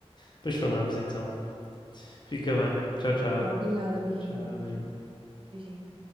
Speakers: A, on the left; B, on the right.
A: Depois falamos então. Fica bem. Tchau, tchau.
B: Tá, Obrigada, beijinho.
A: Tchau, beijinho.
B: Beijinho.